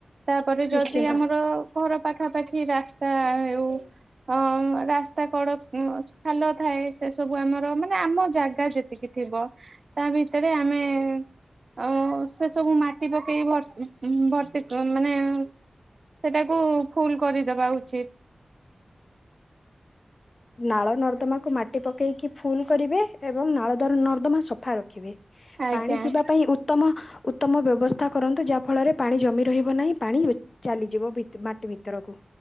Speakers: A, on the right; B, on the left.
A: ତାପରେ ଯଦି
B: ନିଶ୍ଚିନ୍ତ।
A: ଆମର ଘର ପାଖାପାଖି ରାସ୍ତା ହେଉ ହଁ ରାସ୍ତା କଡ <unintelligible> ଖାଲ ଥାଏ ସେ ସବୁ <inaudible> ବୁ ଆମର ମାନେ ଆମ ଜାଗା ଯେତିକି ଥିବ ତା ଭିତରେ ଆମେ ଆଉ ସେ ସବୁ ମାଟି ପକେଇକି <unintelligible> ଉଁ, ଭର୍ତ୍ତି କ-ମାନେ ସେଟାକୁ ଫୁଲ୍ କରିଦବା ଉଚିତ।
B: ନାଳ ନର୍ଦମାକୁୁ ମାଟି ପକେଇକି ଫୁଲ୍ କରିବେ ଏବଂ ନାଳ ଦର୍ ନର୍ଦମା ସଫା ର ଖିବେ,
A: ଆଜ୍ଞା।
B: ପାଣି ଯିବା ପାଇଁ ଉତ୍ତମ ଉତ୍ତମ ବ୍ୟବସ୍ଥା କରନ୍ତୁ ଯାହା ଫଳରେ ପାଣି ଜମି ରହିବ ନାହିଁ ପାଣି <unintelligible> ଚାଲିଯିବ ଭିତ-ମାଟି ଭିତରକୁ।